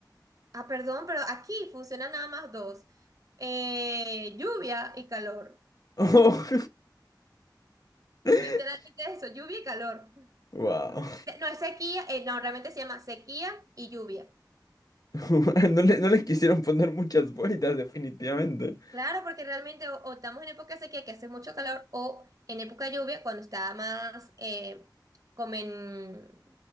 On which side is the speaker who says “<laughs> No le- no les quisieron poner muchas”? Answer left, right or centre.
Left